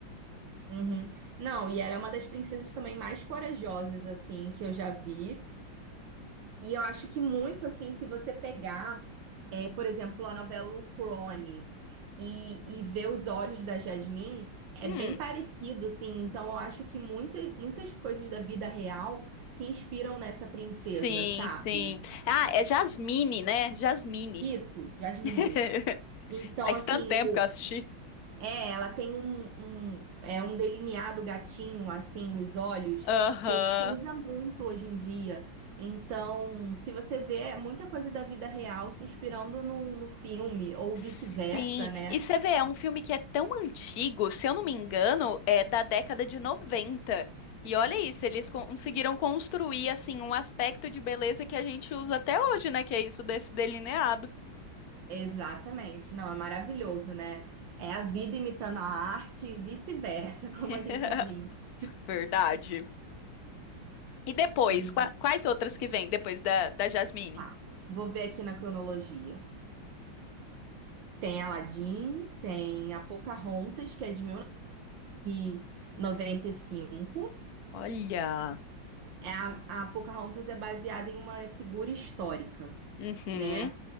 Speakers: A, on the right (about 70°); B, on the left (about 60°).
A: uhum. Não, e ela é uma das princesas também mais corajosas, assim, que eu já vi. E eu acho que muito assim, se você pegar, é, por exemplo, a novela O Clone e, e ver os olhos da Jasmine, é
B: Hum.
A: bem parecido, assim. Então eu acho que muita, muitas coisas da vida real se inspiram nessa princesa,
B: Sim,
A: sabe?
B: sim. Ah, é Jasmine, né? Jasmine.
A: Isso, Jasmine.
B: <laughs>
A: Então,
B: Faz
A: assim,
B: tanto tempo que eu assisti.
A: É, ela tem um, um- é um delineado gatinho assim nos olhos
B: Aham.
A: que a gente usa muito hoje em dia. Então, se você vê é muita coisa da vida real se inspirando no, no filme ou
B: Sim.
A: vice-versa, né?
B: E você vê, é um filme que é tão antigo, se eu não me engano, é da década de noventa E olha isso, eles conseguiram construir assim um aspecto de beleza que a gente usa até hoje, né? Que é isso desse delineado.
A: Exatamente. Não, é maravilhoso, né? É a vida imitando a arte e vice-versa, <laughs> como
B: <laughs>
A: a gente diz.
B: Verdade. E depois,
A: E
B: qua- quais outras que vêm depois da, da Jasmine?
A: ah, vou ver aqui na cronologia. Tem Aladdin, tem a Pocahontas, que é de 1995.
B: Olha.
A: É A, a Pocahontas é baseada em uma figura histórica,
B: Uhum.
A: né?